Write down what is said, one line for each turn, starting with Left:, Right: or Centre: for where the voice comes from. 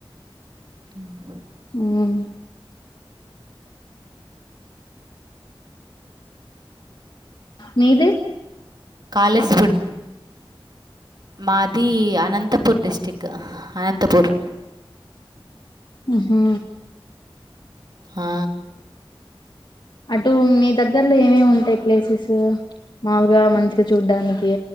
Right: ఉ
Left: మ్మ్ మీది
Right: కాలేజ్ ఫుడ్ మాది అనంత పుర్ డిస్టిక్ అనంతపూర్
Left: ఉ హు
Right: ఆ,
Left: అటు మీ దగ్గర్లో ఏమేఉంటాయి ప్లేసెస్ మాగా మంచిగ చూడ్డానికి